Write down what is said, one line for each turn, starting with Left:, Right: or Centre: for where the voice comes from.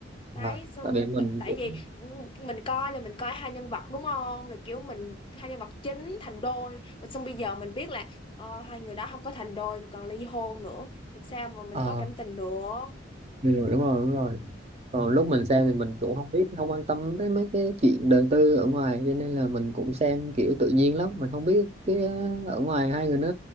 Left: đấy
Right: à,
Left: xong
Right: tại vì mình
Left: t- tại
Right: cũng
Left: vì ừ, mình coi là mình coi hai nhân vật đúng không là kiểu mình hai nhân vật chính thành đôi mà xong bây giờ mình biết là ờ, hai người đó không có thành đôi mà còn ly hôn nữa thì sao mà mình
Right: ờ,
Left: có cảm tình được
Right: ừ, đúng rồi đúng rồi còn lúc mình
Left: ừ.
Right: xem thì mình cũng không biết không quan tâm tới mấy cái chuyện đời tư ở ngoài cho nên là mình cũng xem kiểu tự nhiên lắm mình không biết cái ờ, ở ngoài hai người nó